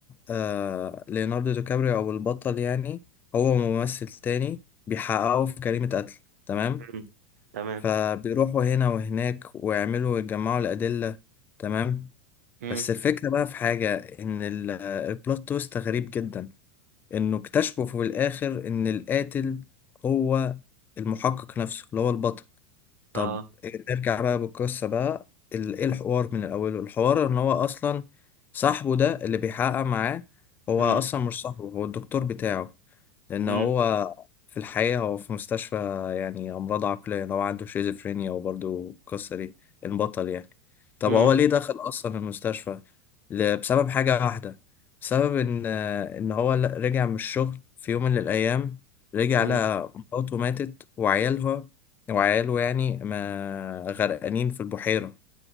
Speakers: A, on the left; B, on the right.
A: آه ليوناردو دي كابريو أو البطل يعني هو ممثل تاني بيحققوا في جريمة قتل تمام؟
B: مم. تمام
A: فبيروحوا هنا وهناك ويعملوا ويجمعوا الأدلة تمام؟
B: مم.
A: بس الفكرة بقى في حاجة إن ال- آه، البلوت تويست غريب جدا إنه اكتشفوا في الآخر إن القاتل هو المحقق نفسه اللي هو البطل طب
B: اه
A: آه، نرجع بقى بالقصة بقى ال- ايه الحوار من الأول الحوار ان هو اصلا صاحبه ده اللي بيحقق معاه هو
B: مم.
A: اصلا مش صاحبه هو الدكتور بتاعه لان
B: مم.
A: هو في الحقيقة هو في مستشفى يعني امراض عقلية لو عنده شيزوفرينيا وبرضه القصة دي البطل يعني طب
B: مم.
A: هو ليه دخل اصلا المستشفى ل- بسبب حاجة واحدة بسبب ان ان هو ل- رجع من الشغل في يوم من الايام رجع
B: مم.
A: لقى مراته ماتت وعيالها وعياله يعني ما غرقانين في البحيرة